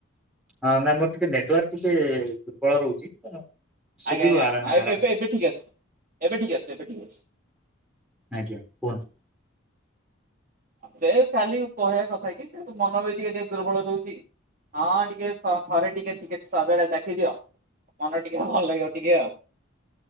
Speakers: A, in the centre; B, on the right (about 40°).
A: ହଁ ନା ମୋର ଟିକେ ନେଟୱାର୍କ ଟିକେ ଦୁର୍ବଳ ରହୁଛି ତ ଶୁଭିବ
B: ଆଜ୍ଞା ଆଜ୍ଞା
A: ଆରାମ
B: ହଁ
A: ଆରାମସେ
B: ଏବେ ଏବେ ଏବେ ଠିକ ଅଛି। ଏବେ ଠିକ ଅଛି ଏବେ ଠିକ ଅଛି।
A: ଆଜ୍ଞା କୁହନ୍ତୁ।
B: ସେ ଖାଲି କହିବା କଥା କି ସେ ମନ ବି ଟିକେ ଟିକେ ଦୁର୍ବଳ ରହୁଛି ହଁ ଟିକେ ଥରେ ଟିକେ ଟିକେ ସ୍ଵାଦ ଟା ଚାଖି ଦିଅ। ମନ ଟିକେ ଭଲ ଲାଗିବ ଟିକେ ଆଉ।